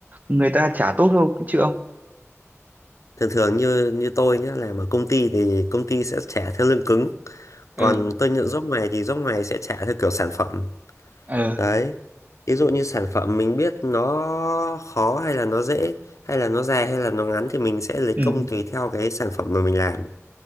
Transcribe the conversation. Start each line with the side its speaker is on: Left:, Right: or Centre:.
Right: người ta trả tốt không chứ ông?
Left: thường thường như như tôi nhá làm ở công ty thì công ty sẽ trả theo lương cứng
Right: Ừ
Left: còn tôi nhận job ngoài thì job ngoài sẽ trả theo kiểu sản phẩm
Right: ừ
Left: Đấy, ví dụ như sản phẩm mình biết nó khó hay là nó dễ hay là nó dài hay là nó ngắn thì mình sẽ lấy công
Right: ừ
Left: tùy theo cái sản phẩm mà mình làm.